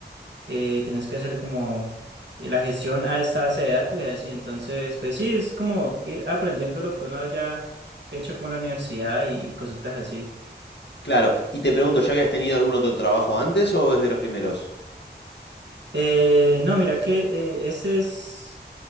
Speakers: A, on the right; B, on the left.
A: eh, tenés que hacerle como eh, la gestión a esta base de datos y así, entonces, pues sí, es como ir aprendiendo lo que uno haya hecho como en la universidad y cositas así.
B: Claro, y te pregunto, ¿ya habías tenido algún otro trabajo antes o es de los primeros?
A: Eh, no, mira que eh, ese es